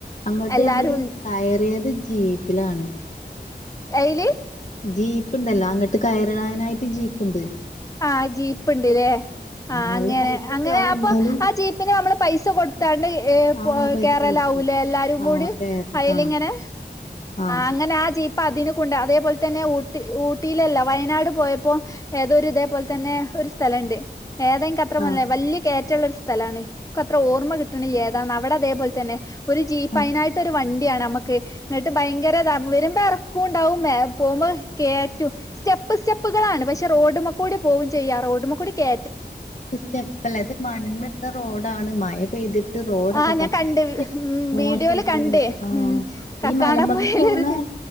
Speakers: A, on the left; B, on the left.
A: അങ്ങട്ട്
B: എല്ലാരും
A: ഞങ്ങള്
B: ഉണ്ട്
A: കയ ഏത് ജീപ്പിലാണ് <inaudible>
B: അയില്
A: ജീ പ്പ്ണ്ടല്ലോ അങ്ങട്ട് കയറാനായിട്ട് ജീപ്പ്ണ്ട്
B: ആഹ ജീപ്പ്ൺ ല്ലേ ആ
A: നല്ല
B: അങ്ങനെ
A: പൈസൊക്കെ
B: അങ്ങനെ
A: ആവും
B: അപ്പൊ
A: എന്നാലും
B: ആ ജീപ്പിന് നമ്മള് പൈസ കൊടുത്താണ്ട് <unintelligible>
A: ആഹ് പൈസ
B: കേറലാവൂലെ
A: കൊടുക്കും
B: എല്ലാരും
A: ആ
B: കൂടി
A: കേരളം
B: അയിലിങ്ങനെ
A: ആ
B: അങ്ങനെ ആ ജീപ്പ അതിന് ണ്ട് അതേപോലെ തന്നെ ഊട്ടി ഊട്ടിയിലല്ല വയനാട് പോയപ്പോ ഏതോര് ഇത അതുപോലെ തന്നെ ഒരു സ്ഥലംണ്ട് ഏതെ <unintelligible> അത്രമല്ലേ
A: ആ
B: വലിയ കേറ്റള്ള ഒരു സ് സ്ഥലമാണ് എനിക്ക് അത്ര ഓർമ്മ കിട്ടണില്ല ഏതാന്ന് അവിടെ ഇതേപോലെ തന്നെ ഒരു ജീപ്പ്
A: ആ
B: അതിനായിട്ട് ഒരു വണ്ടിയാണ് നമ്മക്ക് എന്നിട്ട് ഭയങ്കര വരുമ്പോ ഇറക്കുംണ്ടാവും പോകുമ്പോ കേറ്റും സ്റ്റെപ്പ് സ്റ്റെപ്പുകളാണ് പക്ഷെ റോഡും കൂടി പോവും ചെയ്യ റോഡ്മെകൂടി കേ
A: സ്റ്റെപ്പല്ല അത് മണ്ണിട്ട റോഡാണ് മഴ പെയ്തിട്ട് റോഡൊക്കെ
B: ആ
A: പറ്റ
B: ഞാൻ കണ്ട് ഉം
A: മോശമായിക്ക്ണ്
B: വീഡിയോല് കണ്ട്
A: ആ
B: ഉം കക്കാടംപുഴയിലൊരിത്
A: ഈ മലമക്ക് പോണ